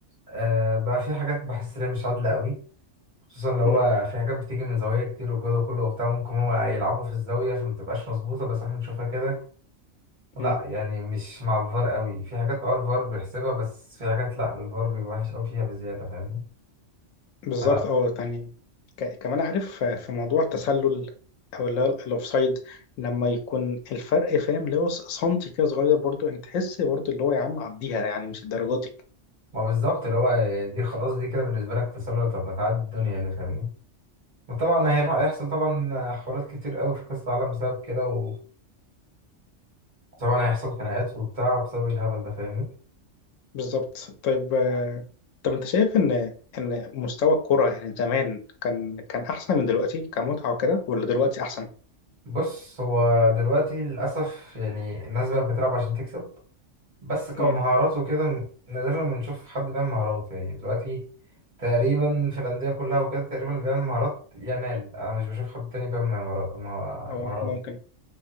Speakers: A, on the right; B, on the left.
A: آه بقى في حاجات بحس ان هي مش عادله قوي خصوصا لو
B: مم.
A: هو في حاجات بتيجي من زوايا كتير والجو ده كله وبتاع ممكن هما يلعبوا في الزاويه فمتبقاش مظبوطه بس احنا بنشوفها كده لا
B: مم.
A: يعني مش مع الفار قوي في حاجات اه الفار بيحسبها بس في حاجات لا الفار بيبقى وحش قوي فيها بزياده فاهمني فلا
B: بالظبط اه يعني ك- كمان عارف آه، في موضوع التسلل او اللي هو الاوفسايد لما يكون الفرق فاهم اللي هو س- سنتي كده صغير برضو يعني تحس برضو اللي هو يا عم عديها يعني مش الدرجه دي
A: ما بالظبط اللي هو دي خلاص دي كده بالنسبه لك تسلل طب ما تعدي الدنيا يعني فاهمني وطبعا هيبقى هيحصل طبعا حوارات كتير قوي في كاس العالم بسبب كده و... طبعا هيحصل خناقات وبتاع بسبب الهبل ده فاهمني
B: بالظبط طيب آه، طب انت شايف ان ان مستوى الكرة يعني زمان كان كان احسن من دلوقتي كمتعة وكده ولا دلوقتي احسن؟
A: بص هو دلوقتي للأسف يعني الناس بقت بتلعب عشان تكسب بس كمهارات
B: امم
A: وكده نادرا لما نشوف حد بيعمل مهارات يعني دلوقتي تقريبا في الأندية كلها وكده تقريبا اللي بيعمل مهارات يامال أنا مش بشوف حد تاني بيعمل مهارات مه-
B: اه
A: مهارات
B: ممكن